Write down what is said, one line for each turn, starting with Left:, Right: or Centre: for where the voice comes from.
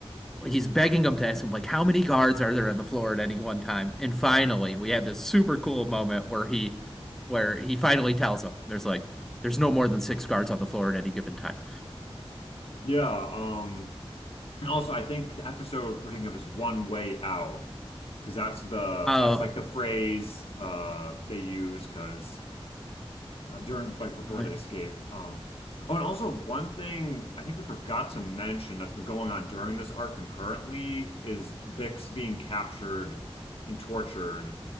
Centre: he's begging him to ask him like how many guards are there on the floor at any one time and finally we had this super cool moment where he where he finally tells him there's like there's no more than six guards on the floor at any given time
Left: yeah. Um, and also, I think the episode we're thinking of is One Way Out because that's the
Centre: oh
Left: that's like the phrase uh they use because uh, during like before
Centre: really?
Left: they escape. Um, oh, and also one thing I think we forgot to mention that's been going on during this arc concurrently is Bix being captured and tortured